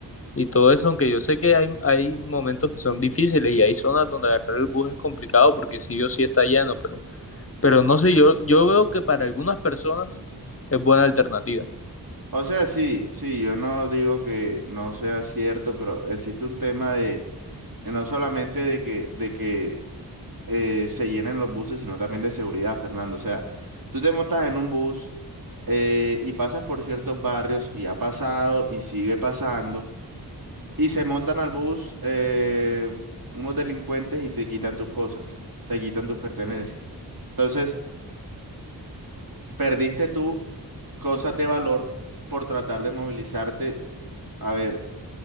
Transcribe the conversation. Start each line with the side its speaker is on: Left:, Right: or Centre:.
Left: y todo eso, aunque yo sé que hay, hay momentos que son difíciles y hay zonas donde agarrar el bus es complicado porque sí o sí está lleno, pero, pero no sé, yo, yo veo que para algunas personas es buena alternativa.
Right: O sea, sí, sí, yo no digo que no sea cierto, pero existe un tema de, de no solamente de que, de que eh, se llenen los buses, sino también de seguridad, Fernando. O sea, tú te montas en un bus eh, y pasas por ciertos barrios y ha pasado y sigue pasando, y se montan al bus eh, unos delincuentes y te quitan tus cosas, te quitan tus pertenencias. Entonces, perdiste tú cosas de valor por tratar de movilizarte, a ver,